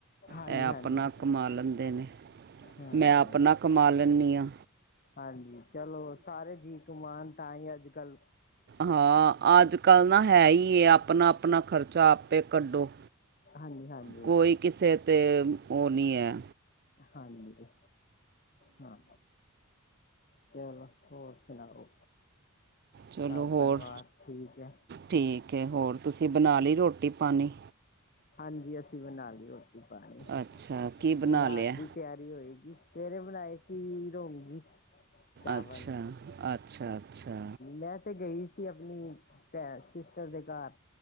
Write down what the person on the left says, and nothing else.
ਹਾਂਜੀ
ਹਾਂਜੀ
ਹਮ
ਹਾਂਜੀ ਚਲੋ ਸਾਰੇ ਜੀ ਕਮਾਨ ਤਾਂ ਹੀ ਅੱਜ ਕੱਲ੍ਹ
ਹਾਂਜੀ ਹਾਂਜੀ।
ਹਾਂਜੀ, ਹਾਂ। ਚਲੋ, ਹੋਰ ਸੁਣਾਓ?
ਸਭ
ਪਰਿਵਾਰ ਠੀਕ ਹੈ
ਹਾਂਜੀ, ਅਸੀਂ ਬਣਾ ਲਈ ਰੋਟੀ ਪਾਣੀ
ਹੁਣ ਰਾਤ
ਦੀ ਤਿਆਰੀ ਹੋਏਗੀ, ਸਵੇਰੇ ਬਣਾਏ ਸੀ ਰੋਂਗੀ ਚਾਵਲ
ਲੈ ਤੇ ਗਈ ਸ ਸੀ ਆਪਣੀ ਪੈ ਸਿਸਟਰ ਦੇ ਘਰ।